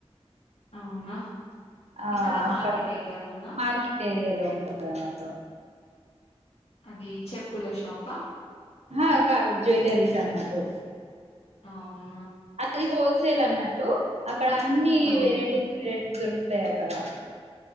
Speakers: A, on the left; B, on the right.
A: అవునా
B: ఆ
A: ఇక్కడ
B: అక్కడ
A: మార్కెట్ ఏరియాలోనా
B: మార్కెట్ ఏరియాలో ఉంటదన్నట
A: అది చెప్పుల షాపా
B: ఆహా కాదు జ్వలరిస్ అన్నటు
A: ఔన్
B: అది హోల్సేల్ అన్నట్టు అక్కడ అన్ని వెరైటీ
A: ఓకే
B: వెరైటీ దొర్ తె అంటగా